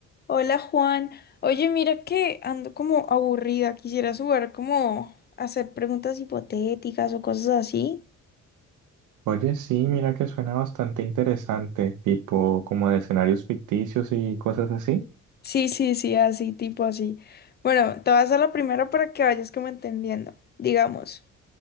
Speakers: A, on the left; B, on the right.
A: Hola Juan, oye mira que ando como aburrida, quisiera jugar como a hacer preguntas hipotéticas o cosas así.
B: Oye, sí, mira que suena bastante interesante, tipo como de escenarios ficticios y cosas así.
A: Sí, sí, sí, así, tipo así. Bueno, te voy a hacer la primera para que vayas como entendiendo, digamos.